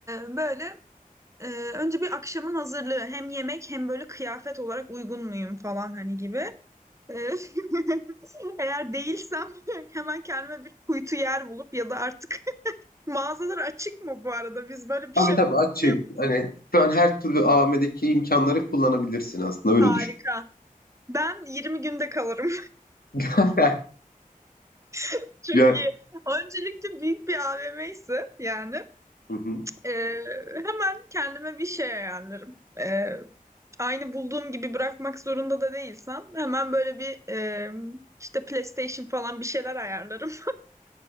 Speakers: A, on the right; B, on the left.
A: böyle Ee, önce bir akşamın hazırlığı hem yemek hem böyle kıyafet olarak uygun muyum falan hani gibi. Ee, <laughs> eğer değilsem <laughs> hemen kendime bir kuytu yer bulup ya da artık <laughs> mağazalar açık mı bu arada? Biz böyle
B: Tabii
A: bir şey
B: tabii açık.
A: biliyor muyuz?
B: Hani şu an her türlü AVM'deki imkanları kullanabilirsin aslında öyle
A: Harika.
B: düşün.
A: Ben 20 günde kalırım.
B: <laughs>
A: <laughs> Çünkü
B: Ya,
A: öncelikle büyük bir AVM ise yani
B: Hı hı.
A: Ee, hemen kendime bir şey ayarlarım. Ee, aynı bulduğum gibi bırakmak zorunda da değilsem hemen böyle bir e, işte PlayStation falan bir şeyler ayarlarım.